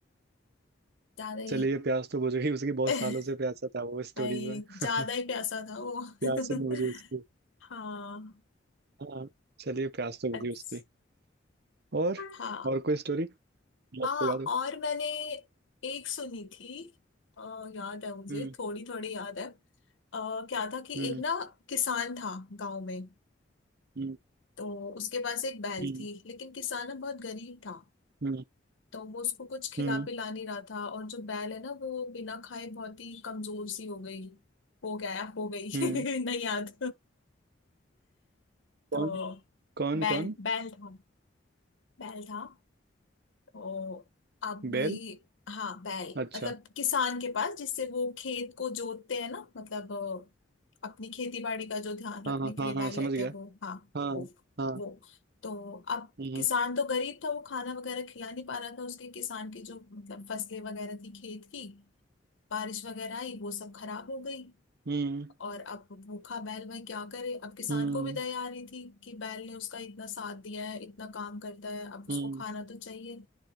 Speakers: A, on the left; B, on the right.
A: ज्यादा
B: चलिए
A: ही
B: प्यास तो बुझ गई उसकी बहुत
A: <laughs>
B: सालों से प्यासा था वो स्टोरीज
A: भाई
B: में
A: ज्यादा
B: <laughs>
A: ही प्यासा था वो
B: प्यास
A: <laughs>
B: ही नहीं बुझी उसकी
A: हाँ
B: हाँ चलिए प्यास तो
A: अच्छा
B: बुझी उसकी और
A: हाँ
B: और कोई स्टोरी जो आपको
A: हाँ
B: याद हो
A: और मैंने एक सुनी थी अ, याद है मुझे
B: हम्म
A: थोड़ी थोड़ी याद है अ, क्या था कि
B: हम्म
A: एक ना किसान था गांव में
B: हम्म
A: तो उसके पास एक बैल
B: हम्म
A: थी लेकिन किसान ना बहुत गरीब था
B: हम्म
A: तो वो उसको कुछ खिला
B: हम्म
A: पिला नहीं रहा था और जो बैल है ना वो बिना खाए बहुत ही कमजोर सी हो गई हो गया या हो गई
B: हम्म।
A: <laughs> नहीं याद तो
B: कौन कौन
A: बैल
B: कौन
A: बैल था बैल था तो अब भाई
B: बैल
A: हाँ बैल
B: अच्छा
A: मतलब किसान के पास जिससे वो खेत को जोतते हैं ना मतलब अ, अपनी खेती बाड़ी का जो ध्यान रखने
B: हाँ हाँ
A: के
B: हाँ
A: लिए
B: हाँ
A: बैल
B: समझ
A: लेते
B: गया
A: हैं वो हाँ
B: हाँ
A: वो
B: हाँ
A: वो तो अब
B: हम्म
A: किसान तो गरीब था वो खाना वगैरह खिला नहीं पा रहा था उसके किसान की जो मतलब फसलें वगैरह थी खेत की बारिश वगैरह आई वो सब खराब हो गई
B: हम्म
A: और अब भूखा बैल वह क्या करे अब किसान
B: हम्म
A: को भी दया आ रही थी कि बैल ने उसका इतना साथ दिया है इतना काम करता है अब उसको
B: हम्म
A: खाना तो चाहिए